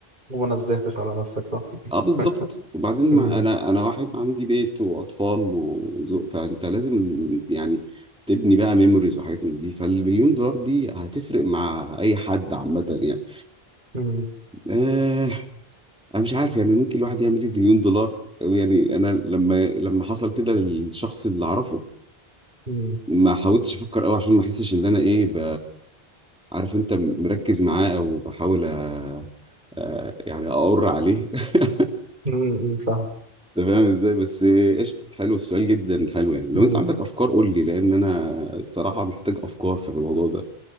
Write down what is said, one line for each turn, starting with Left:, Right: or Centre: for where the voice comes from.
Right: وما نزهتش على نفسك صح
Centre: اه بالظبط
Right: <laughs>
Centre: وبعدين
Right: مم.
Centre: ما انا انا واحد عندي بيت واطفال وزوج فانت لازم يعني تبني بقى ميموريز وحاجات من دي فالمليون دولار دي هتفرق مع اي حد عامه يعني
Right: مم.
Centre: آه انا مش عارف يعني ممكن الواحد يعمل ايه بمليون دولار يعني انا لما لما حصل كده للشخص اللي اعرفه
Right: مم.
Centre: ما حاولتش افكر قوي عشان ما احسش ان انا ايه ب... عارف انت مركز معاه او بحاول أ... آه، يعني اقر عليه <laughs>
Right: مم. فاهم
Centre: انت فاهم ازاي بس قشطه حلو السؤال جدا حلو يعني لو
Right: مم.
Centre: انت عندك افكار قول لي لان انا الصراحه محتاج افكار في الموضوع ده